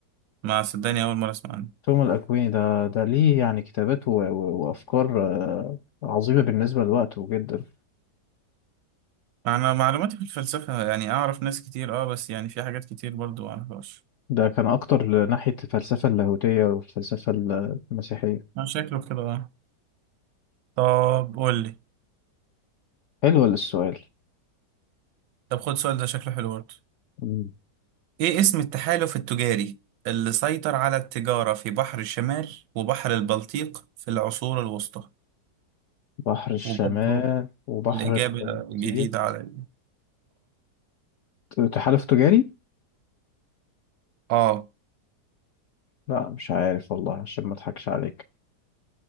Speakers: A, on the right (about 85°); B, on the left (about 75°).
A: ما صدقني اول مره اسمع عنه
B: توما الاكويني ده ده ليه يعني كتابات و... و... وافكار آه، عظيمة بالنسبة لوقته جدا
A: انا معلوماتي في الفلسفه يعني اعرف ناس كتير اه بس يعني في حاجات كتير برضو ما اعرفهاش
B: ده كان أكتر ناحية الفلسفة اللاهوتية والفلسفة المسيحية
A: انا شكله كده اه طب قول لي
B: حلو السؤال
A: طب خد سؤال ده شكله حلو برضو
B: مم.
A: ايه اسم التحالف التجاري اللي سيطر على التجاره في بحر الشمال وبحر البلطيق في العصور الوسطى
B: بحر الشمال
A: وبرضو
B: وبحر
A: الاجابه
B: البلطيق
A: جديده علي
B: تحالف تجاري؟
A: اه
B: لا مش عارف والله عشان ما اضحكش عليك